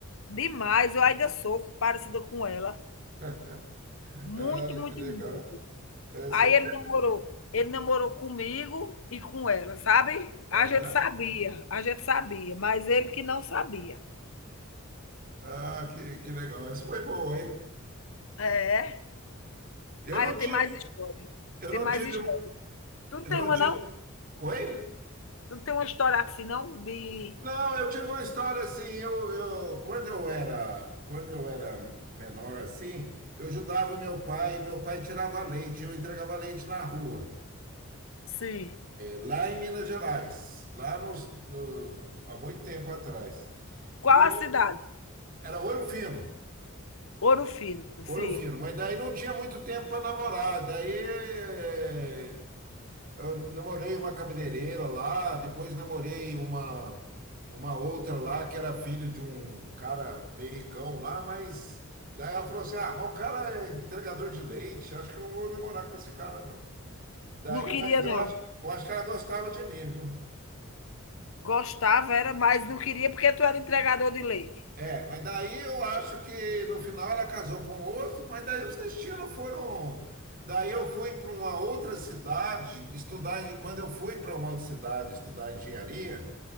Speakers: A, on the left; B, on the right.
A: Demais, eu ainda sou parecida com ela.
B: <laughs>
A: Muito,
B: Ah,
A: muito,
B: que legal.
A: muito.
B: É, vocês-
A: Aí ele namorou. Ele namorou comigo e com ela, sabe?
B: Aham.
A: A gente sabia, a gente sabia, mas ele que não sabia.
B: Ah, que, que legal. Essa foi boa, hein?
A: É.
B: Eu
A: Ah,
B: não
A: eu
B: tive,
A: tenho mais história.
B: eu
A: Tem
B: não
A: mais
B: tive,
A: história.
B: um-
A: Tu não
B: eu
A: tem
B: não
A: uma,
B: tive.
A: não?
B: Oi?
A: Tu não tem uma história assim, não? De.
B: Não, eu tive uma história assim. Eu, eu, quando eu era, quando eu era menor, assim, eu ajudava meu pai. Meu pai tirava leite, eu entregava leite na rua.
A: Sim.
B: lá em Minas Gerais, lá nos, no- há muito tempo atrás. E
A: Qual a cidade?
B: era ouro fino,
A: Ouro Fino,
B: ouro
A: sim.
B: fino, mas daí não tinha muito tempo para namorar. Daí eh, eu namorei uma cabeleireira lá, depois namorei uma, uma outra lá que era filha de um cara meio ricão lá, mas daí ela falou assim: ah, mas o cara é entregador de leite, acho que eu não vou namorar com esse cara não. E daí,
A: Não queria,
B: mas eu
A: não.
B: acho, eu acho que ela gostava de mim, viu?
A: Gostava, era, mas não queria porque tu era entregador de leite.
B: É, mas daí eu acho que no final ela casou com outro, mas daí os destinos foram. Daí eu fui para uma outra cidade estudar. em- Quando eu fui para uma outra cidade estudar engenharia,